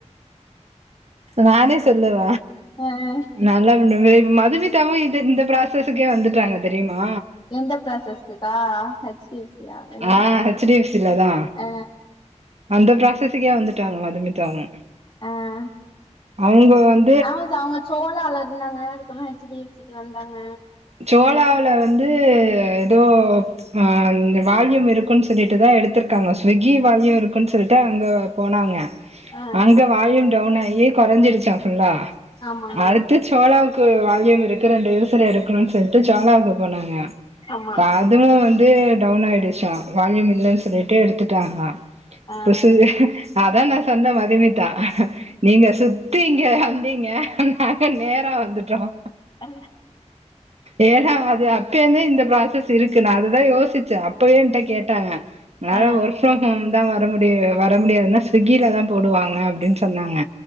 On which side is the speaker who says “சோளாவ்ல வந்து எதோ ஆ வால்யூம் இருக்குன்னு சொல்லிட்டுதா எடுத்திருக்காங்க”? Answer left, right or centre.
Right